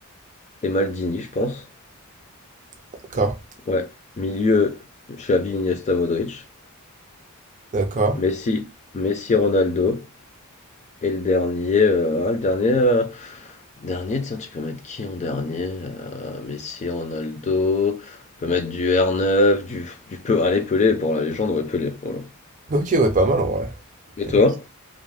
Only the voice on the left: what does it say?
Et Maldini, je pense.
Ouais. Milieu, Xavi, Iniesta, Modric.
Messi, Messi, Ronaldo. Et le dernier, euh, hein, le dernier, euh, Dernier, tiens, tu peux mettre qui en dernier? Euh, Messi, Ronaldo, on peut mettre du R9, du, du Pe- allez, Pelé, pour la légende, ouais, Pelé, voilà.
Et
toi?